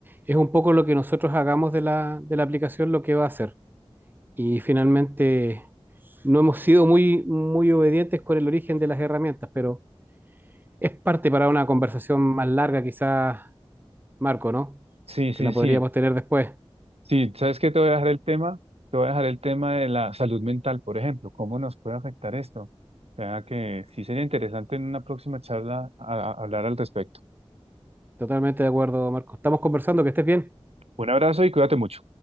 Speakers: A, on the right; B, on the right.
A: es un poco lo que nosotros hagamos de la, de la aplicación lo que va a hacer. Y finalmente no hemos sido muy, muy obedientes con el origen de las herramientas, pero es parte para una conversación más larga, quizás, Marco, ¿no?
B: Sí,
A: Que
B: sí,
A: la
B: sí.
A: podríamos tener después.
B: Sí, ¿sabes qué? Te voy a dejar el tema, te voy a dejar el tema de la salud mental, por ejemplo, cómo nos puede afectar esto. O sea que sí sería interesante en una próxima charla a- a- hablar al respecto.
A: Totalmente de acuerdo, Marco. Estamos conversando, que estés bien.
B: Un abrazo y cuídate mucho.